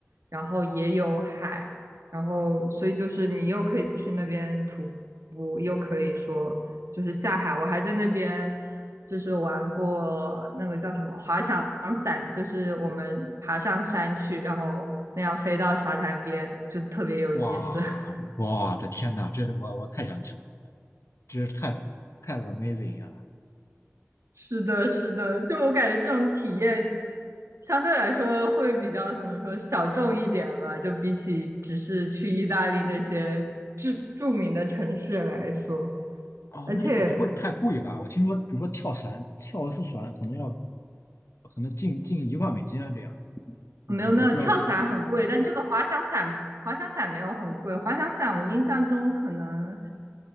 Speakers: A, on the right; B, on the left.
A: 然后也有海，然后所以就是你又可以去那边徒步，又可以说就是下海。我还在那边就是玩过那个叫什么滑翔伞，就是我们爬上山去，然后那样飞到沙滩边，就特别有意思。
B: 哇，
A: <laughs>
B: 我的天呐，这我我太想去了，这是太太 amazing 呀、
A: 是的，是的，就我感觉这种体验相对来说会比较什么说小众一点吧，就比起只是去意大利那些著著名的城市来说，
B: 哦，
A: 而且
B: 那这个不会太贵吧？我听说，比如说跳伞，跳一次伞可能要可能近近一万美金啊，这样。嗯我不知道这个，
A: 没有没有跳伞很贵，但这个滑翔伞滑翔伞没有很贵，滑翔伞我印象中可能